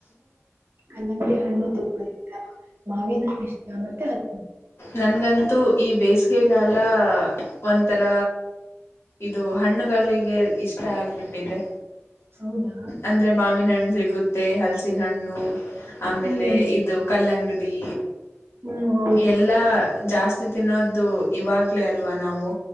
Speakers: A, on the right; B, on the left.
A: ಕಳಂಗ್ಡಿ ಹಣ್ಣು ತುಂಬಾ ಇಷ್ಟ ಮಾವಿನ ಇಷ್ಟ ಮತ್ತೆ ಹ
B: ನನ್ಗಂತೂ ಈ ಬೇಸ್ ಗೇಗಾಲ ಒಂದ್ತಾರ ಇದು ಹಣ್ಣುಗಳಿಗೆ ಇಷ್ಟ ಆಗ್ಬಿಟ್ಟಿದೆ
A: ಹೌದಾ
B: ಅಂದ್ರೆ ಮಾಮಿನ ಹಣ್ಣು ಸಿಗುತ್ ಮತ್ತೆ ಹಲ್ಸಿನ ಹಣ್ಣು. ಆಮೇಲೆ
A: ಹ್ಮ್
B: ಇದು ಕಲ್ಲಂಗಡಿ.
A: ಹ್ಮ್ ಹೌದು
B: ಎಲ್ಲ ಜಾಸ್ತಿ ತಿನ್ನೋದು ಇವಾಗ್ಲೇ ಅಲ್ವಾ ನಾವು.